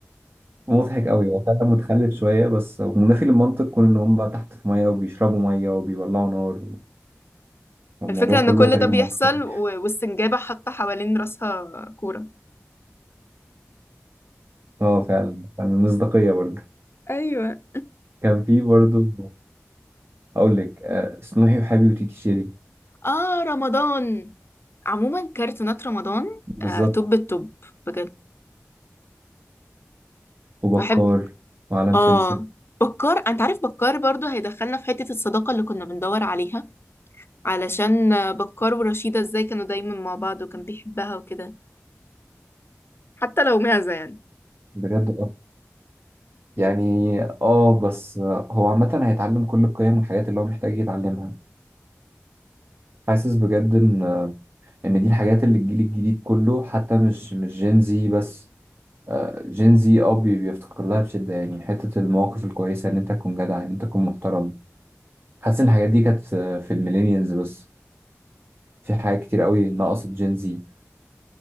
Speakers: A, on the right; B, on the left.
A: مضحك قوي هو فعلا متخلف شوية بس منافي للمنطق كون إن هم تحت في مية وبيشربوا مية وبيولعوا نار والموضوع
B: الفكرة ان
A: كله
B: كل
A: خارج
B: ده بيحصل
A: المنطق يعني
B: و- والسنجابة حاطة حوالين راسها كورة
A: اه فعلا فعلا مصداقية برضه
B: ايوه
A: كان في برضه أقول لك آه، سنوحي وحبيبي وتيتي شيري
B: اه رمضان عموما كرتونات رمضان
A: بالظبط
B: آه توب التوب بجد
A: وبكار
B: بحب
A: وعالم
B: اه
A: سمسم
B: بكار انت عارف بكار برضو هيدخلنا في حتة الصداقة اللي كنا بندور عليها علشان آه، بكار ورشيدة ازاي كانوا دايما مع بعض وكان بيحبها وكده حتى لو معزة يعني
A: بجد يعني اه بس هو عامة هيتعلم كل القيم والحاجات اللي هو محتاج يتعلمها حاسس بجد ان ان دي الحاجات اللي الجيل الجديد كله حتى مش مش جين زي بس جين زي اه بي- بيفتقر لها بشدة يعني حتة المواقف الكويسة ان انت تكون جدع ان انت تكون محترم حاسس ان الحاجات دي كانت في الميلينيالز بس في حاجات كتير قوي نقصت جين زي